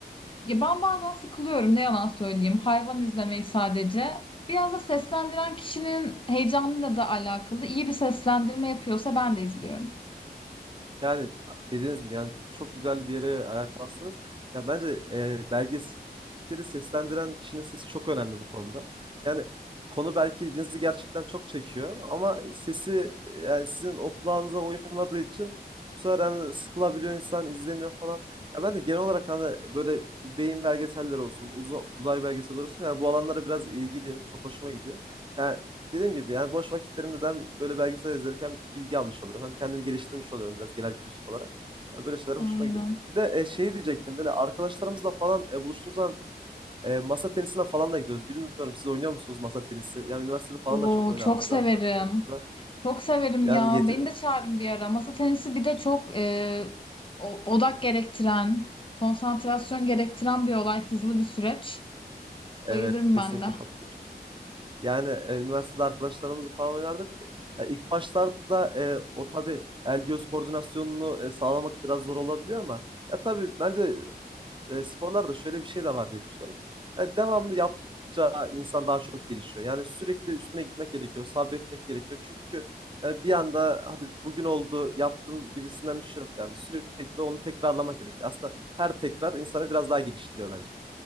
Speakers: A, on the left (about 30°); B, on the right (about 30°).
A: ya ben bazen sıkılıyorum ne yalan söyleyeyim. Hayvan izlemeyi sadece. Biraz da seslendiren kişinin heyecanıyla da alakalı. İyi bir seslendirme yapıyorsa ben de izliyorum.
B: Yani dediğiniz gibi yani çok güzel bir yere ayak bastınız. Ya bence e, belgeseli seslendiren kişinin sesi çok önemli bu konuda. Yani konu belki ilginizi gerçekten çok çekiyor ama sesi yani sizin o kulağınıza uymadığı için bu sefer hani sıkılabiliyor insan izlemiyor falan. Ya ben de genel olarak hani böyle beyin belgeselleri olsun, uza- uzay belgeselleri olsun yani bu alanlara biraz ilgiliyim. Çok hoşuma gidiyor. Yani dediğim gibi yani boş vakitlerimde de hem böyle belgesel izlerken hem bilgi almış oluyorum. Hem kendimi geliştirmiş oluyorum biraz genel kültür olarak. Yani böyle şeyler
A: Aynen.
B: hoşuma gidiyor. Bir de e, şey diyecektim böyle arkadaşlarımızla falan e, buluştuğumuz zaman e, masa tenisine falan da gidiyoruz. Bilmiyorum siz oynuyor musunuz masa tenisi? Yani üniversitede falan
A: Oo,
B: da çok oynardık
A: çok
B: biz
A: severim.
B: arkadaşlarımızla.
A: Çok severim
B: Yani
A: ya.
B: yeti...
A: Beni de çağırın bir ara. Masa tenisi bir de çok e, o- odak gerektiren, konsantrasyon gerektiren bir olay, hızlı bir süreç.
B: Evet
A: Bayılırım
B: kesinlikle
A: ben de.
B: katılıyorum. Yani e, üniversitede arkadaşlarımızla falan oynardık. Ya ilk başlarda e, o tabii el göz koordinasyonunu e, sağlamak biraz zor olabiliyor ama ya tabii bence e, sporlarda şöyle bir şey de var diye düşünüyorum. Yani devamlı yaptıkça insan daha çok gelişiyor. Yani sürekli üstüne gitmek gerekiyor, sabretmek gerekiyor. Çünkü yani bir anda hadi bugün oldu yaptım gibisinden bir şey yok. Yani sürekli onu tekrarlamak gerekiyor. Aslında her tekrar insanı biraz daha geliştiriyor bence.